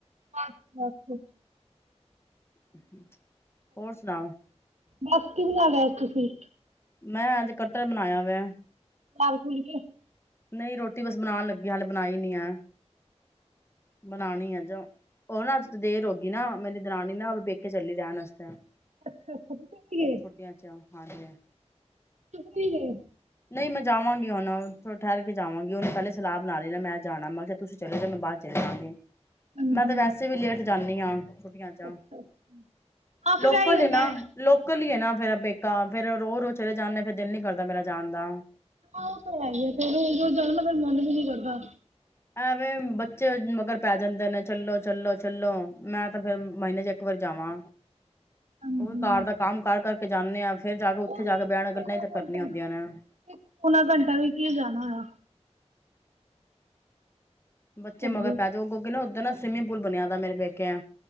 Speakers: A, on the right; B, on the left.
A: ਅੱਛ ਅੱਛਾ
B: <unintelligible> ਹੋਰ ਸੁਣਾਓ
A: ਬੱਸ ਕੀ ਬਣਾ ਲਿਆ ਸੀ ਤੁਸੀਂ
B: ਮੈਂ ਅੱਜ ਕੱਠਲ ਬਣਾਇਆ ਵਆ
A: ਲਾਲ ਖੁਲ ਕੇ <unintelligible>
B: ਨਹੀਂ ਰੋਟੀ ਬਸ ਬਣਾਉਣ ਲੱਗੀ ਹਾਲੇ ਬਣਾਈ ਨਹੀਂੀ ਆ ਬਣਾਉਣੀ ਆ ਜੋ ਉਹਨਾਂ ਚ ਦੇਰ ਹੋਗੀ ਨਾ ਮੇਰੀ ਦਰਾਨੀ ਨਾ ਵੇਖਕੇ ਚੱਲੀ ਰਹਿਣ ਵਸਤੇ
A: ਅੱਛਾ ਅੱਛਾ ਤੁਸੀਂ ਕੀ ਗ
B: ਛੁੱਟੀਆਂ ਚ ਹਾਂਜੀ
A: ਤੁਸੀਂ ਕੀ ਗ
B: ਨਹੀਂ ਮੈਂ ਜਾਵਾਂਗੀ ਹੁਣ ਠਹਿਰ ਕੇ ਜਾਵਾਂਗੀ ਉਹਨੇ ਪਹਿਲੇ ਸਲਾਹ ਬਣਾ ਲ ਲਈ ਨਾ ਮੈਂ ਜਾਣਾ ਮੈਂ ਕਿਹਾ ਤੁਸੀਂ ਚਲੇ ਜਾ ਮੈਂ ਬਾਅਦ ਚਲੇ ਜਾਵਾਂਗੀ
A: ਹਾਂਜੀ
B: ਮੈਂ ਤੇ ਵੈਸੇ ਵੀ ਲੇਟ ਜਾਂਦੀ ੀਆਂ ਛੁੱਟੀਆਂ ਚ
A: ਅੱਛਾ ਹਾਂ ਫਿਰ
B: ਲੋਕਲ
A: ਇਹੀ ਹੁੰਦਾ
B: ਨਾ
A: ਹੈ
B: ਲੋਕਲ ਹੀ ਨਾ ਫੇਿਰ ਤਾਂ ਫਿਰ ਰੋ ਰੋਜ਼ ਚਲੇ ਜਾਂਦੇ ਫ਼ਿਰ ਦਿਲ ਨੀ ਕਰਦਾ ਮੇਰਾ ਜਾਂਦਾ
A: ਹਾਂ ਉਹ ਤਾਂ ਹੈ ਹੀ ਫ ਰੋਜ਼ ਰੋਜ਼ ਜਦ ਨਾ ਫੇ ਮਨ ਵੀ ਨੀ ਕਰਦਾ
B: ਐਵੇਂ ਬੱਚ ਮਗਰ ਪੈ ਜਾਂਦੇ ਨੇ ਚੱਲੋ ਚੱਲੋ ਚੱਲੋ ਮੈਂ ਤਾਂ ਫੇਿਰ ਮਹੀਨੇ ਚ ਇੱਕ ਵਾਰੀ ਜਾਵਾਂ
A: ਹਾਂਜੀ
B: ਉਹ ਵੀ ਕਾਰ ਦਾ ਕੰਮ ਕਰ ਕਰਕੇ ਜਾਂਾਨਦੇ ਹਾਂ ਫੇਰ ਜਾ ਕੇ ਉੱਥੇ
A: ਉਹ ਵੀ
B: ਜਾ ਕੇ
A: ਇੱਕ
B: ਵਿਆਣ
A: ਪੌਣਾ
B: ਗੱਲਾਂ ਹੀ ਤਾਂ ਕਰਨੀਆਂ
A: ਘੰਟਾ
B: ਹੁੰਦੀਆਂ ਨੇ ਹਮ
A: ਇੱਕ ਪੌਣਾ ਘੰਟਾ ਵੀ ਕੀ ਜਾਣਾ ਹੋਇਆ
B: ਬੱਚੇ
A: ਸਹੀ
B: ਮਗਰ
A: ਹੈ।
B: ਪੈ ਜਾਓ ਅੱੋਗੇ ਨਾ ਉਓਧਰ ਨਾ ਸਵਿਮਿੰਗ ਪੂਲ ਬਣਿਆ ਦਾ ਮੇਰੇ ਪੇਕੇ